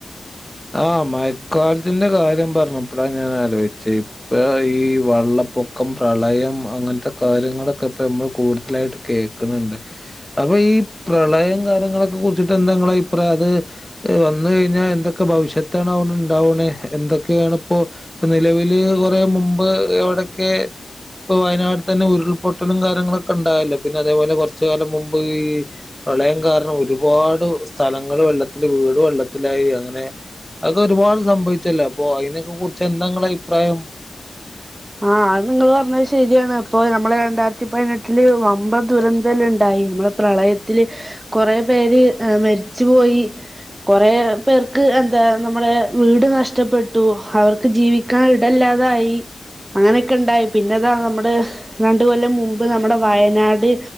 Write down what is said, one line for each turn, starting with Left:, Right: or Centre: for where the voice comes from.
Centre: ആഹ മഴക്കാലത്തിന്റെ കാര്യം പറഞ്ഞപ്പടാ ഞാൻലോചിച്ചേ ഇപ്പ ഈ വള്ളപ്പൊക്കം പ്രളയം അങ്ങനത്തെ കാര്യങ്ങളൊക്കെ ഇപ്പ നമ്മൾ കൂടുതലായിട്ട് കേൾക്കണണ്ട് അപ്പൊ ഈ പ്രളയം കാര്യങ്ങളൊക്കെ കുറിച്ചിട്ട് എന്താങ്കാ ഇപ്ര അത് വന്ന കഴിഞ്ഞാൽ എന്തൊ ഒക്കെ ഭവിഷ്യത്താണ് ഉണ്ടാവണേ എന്തൊക്കെയാണ് ഇപ്പോ ഇപ്പൊ നിലവില് കുറ മുമ്പ് എവിടെയൊക്കെ ഇപ്പൊ വയനാട് തന്നെ ഉരുൾപൊട്ടലും കാര്യങ്ങളൊക്കെ ഉണ്ടാവല്ലോ പിന്നെ അതേപോലെ കുറച്ച കാലം മുമ്പ് ഈ പ്രളയം കാരണം ഒരുപാട് സ്ഥലങ്ങൾ വെള്ളത്തിൽ വീട് വെള്ളത്തിലായി അങ്ങനെ അക്കെ ഒരുപാട് സംഭവിച്ചല്ലോ അപ്പൊ അതിനക്കെ കുറിച്ച് എന്താങ്കടെ അഭിപ്രായം
Right: ആഹ അത് നിങ്ങള് പറഞ്ഞത് ശരിയാണ് ഇപ്പൊ നമ്മെ രണ്ടായിരത്തി പതിനെട്ടില് വമ്പൻ ദുരന്തല്ലുണ്ടായി നമ്മള പ്രളയത്തില് കൊറെ പേര് മരിച്ചുപോയി കൊറെ പേർക്ക് എന്താ നമ്മടെ വീട് നഷ്ടപ്പെട്ടു അവർക്ക് ജീവിക്കാൻ ഇടല്ലാതായി അങ്ങനെയൊക്കെ ഉണ്ടായി പിന്നെതാ നമ്മുടെ രണ്ട കൊല്ലം മുമ്പ് നമ്മുടെ വയനാട്